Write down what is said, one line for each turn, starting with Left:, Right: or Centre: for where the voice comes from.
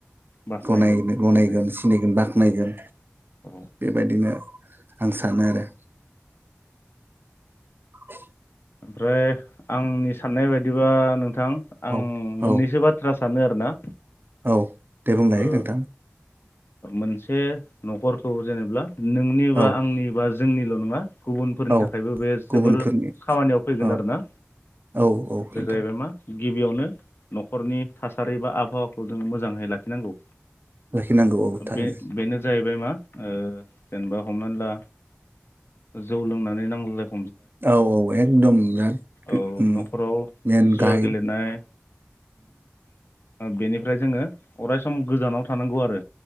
Left: बाख्नायगोन
Right: गनायनो गनायगोन
Left: ओरै
Right: सिनायगोन बाख्नायगोन
Left: औ
Right: बेबायदिनो आं सानो आरो। <inaudible>
Left: फ्राय आंनि साननाय बायदिब्ला थां आं
Right: औ
Left: मोननैसो
Right: औ
Left: बाथ्रा सों सानदों आरोना।
Right: औ दे बुंलाय
Left: ओ
Right: नोंथां।
Left: मोनसे न'खरखौ जेनेब्ला नोंनिबा
Right: औ
Left: आंनिबा जोंनिल' नङा। गुबुनफोरनि
Right: औ
Left: थाखायबो बे
Right: गुबुनफोरनि
Left: जोबोर खामानियाव फैगोन
Right: औ
Left: आरोना
Right: औ औ
Left: बे
Right: नोंथां
Left: जाहैबाय मा गिबियावनो न'खरनि थासारि बा आबहावाखौ जों मोजाङै ला नोंगौ
Right: लाखिनांगौ औ थारैनो
Left: बे बेनो जाहैबाय मा जेनेबा हमनानै ला जौ लोंनानै नांलाय
Right: औ औ एकदम <unintelligible>
Left: औ न'खराव
Right: मेन <unintelligible>
Left: जुवा गेलेनाय बेनिफ्राय जोङो अराय सम गोजानाव थानांगौ आरो।